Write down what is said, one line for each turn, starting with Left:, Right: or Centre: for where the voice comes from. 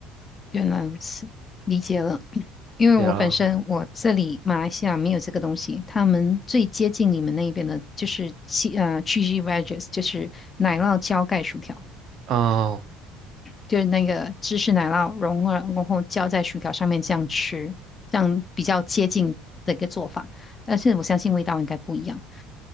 Left: 原来如此，理解了。<clears throat> 因为我本身我这里马来西亚没有这个东西，
Right: 对啊，
Left: 他们最接近你们那边的就是七呃 cheesy wedges，就是奶酪浇盖薯条，
Right: 哦，
Left: 就是那个芝士奶酪融化然后浇在薯条上面这样吃，这样比较接近的一个做法。但是我相信味道应该不一样。